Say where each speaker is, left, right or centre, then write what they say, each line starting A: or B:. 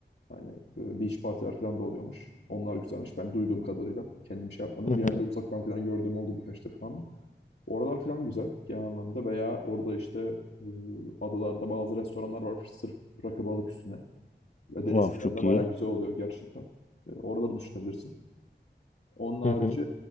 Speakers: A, on the left (about 65°); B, on the left (about 40°).
A: hani e, beach partiler falan da oluyormuş. Onlar güzelmiş. Ben duyduğum kadarıyla. Kendim şey yapmadım.
B: Hı hı.
A: Genelde uzaktan falan gördüğüm oldu birkaç defa ama. Oralar falan güzel genel anlamda veya orada işte e, adalarda bazı restoranlar var sırf rakı balık üstüne. Ve
B: Wow
A: deniz kenarında
B: çok
A: bayağı
B: iyi.
A: güzel oluyor gerçekten. E, oraları düşünebilirsin. Onun harici
B: Hı hı.